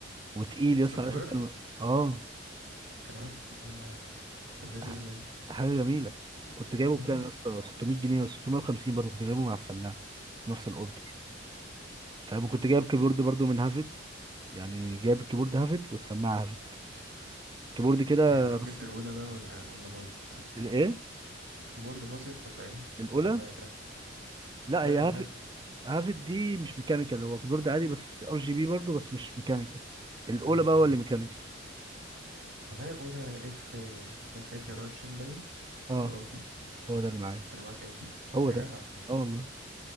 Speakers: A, on the right; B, on the right.
A: وتقيل يا
B: السوفت
A: اسطى عارف
B: وير
A: انت الم- اه
B: كمان اما في
A: ده
B: اللذيذ
A: حاجة
B: منه
A: ده حاجة جميلة كنت جايبه
B: امم
A: بكام يا اسطى 600 جنيه ولا 650 برضه كنت جايبه مع السماعة في نفس الاوردر فاهم كنت جايب كيبورد برضه من هافت يعني جايب الكيبورد هافت والسماعة هافت كيبورد كده
B: بعتها <clears throat> جبت
A: بس
B: الأولى بقى ولا ولا باظت
A: الايه
B: الكيبورد باظت ولا ايه؟
A: الأولى
B: لا بعتها
A: لا
B: لا
A: هي
B: الهبت
A: هافت هافت دي مش ميكانيكال هو كيبورد عادي بس ار جي بي برضه بس مش ميكانيكال الاولى
B: مم.
A: بقى هو اللي ميكانيكال
B: معايا أولى اف 2022 باين
A: اه
B: اه
A: هو ده اللي معايا
B: انت معاك ايه
A: هو
B: يا
A: ده
B: جدع
A: اه والله